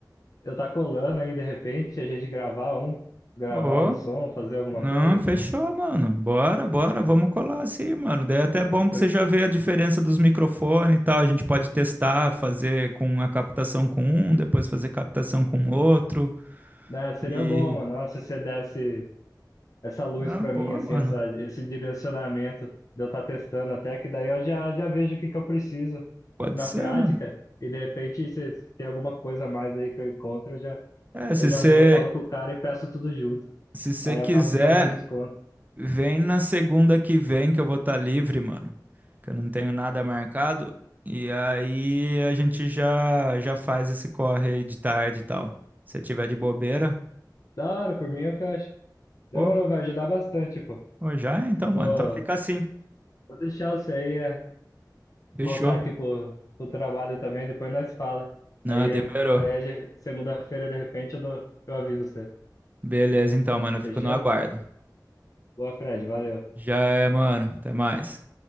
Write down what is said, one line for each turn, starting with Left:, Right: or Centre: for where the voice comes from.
Left: eu tá colando aí de repente, a gente gravar um, gravar
Right: Ô,
Left: um som, fazer alguma
Right: não,
Left: coisa.
Right: fechou, mano. Bora, bora, vamos colar assim, mano. Daí é até bom que
Left: Porque,
Right: você já vê a diferença dos microfones e tal. A gente pode testar, fazer com a captação com um, depois fazer captação com outro.
Left: né, seria
Right: E.
Left: bom, mano. Nossa, se você desse essa luz
Right: Ah,
Left: pra mim,
Right: boa,
Left: assim,
Right: mano.
Left: essa, esse direcionamento de eu estar testando até que daí eu já, já vejo o que que eu preciso.
Right: Pode
Left: na
Right: ser,
Left: prática,
Right: mano.
Left: e de repente, se se tem alguma coisa a mais aí que eu encontro, eu já,
Right: É, se
Left: eu já
Right: você
Left: vou e falo com o cara e peço tudo junto.
Right: se você
Left: Aí
Right: quiser,
Left: eu acabo que faz um desconto.
Right: vem na segunda que vem que eu vou estar livre, mano. Que eu não tenho nada marcado. E aí a gente já já faz esse corre aí de tarde e tal. Se tiver de bobeira,
Left: Da hora, por mim eu fecho. Demorou,
Right: pô,
Left: vai ajudar bastante, pô.
Right: pô, já é então,
Left: Eu Vou,
Right: mano. Então fica assim.
Left: vou deixar você aí é,
Right: Fechou.
Left: voltar aqui pro, pro trabalho também, depois nós fala.
Right: Não,
Left: Aí,
Right: demorou.
Left: é, aí a gen- segunda-feira, de repente, eu dou, eu aviso você.
Right: Beleza, então, mano. Eu fico
Left: Fechou?
Right: no aguardo.
Left: Boa, Fred, valeu.
Right: Já é, mano. Até mais.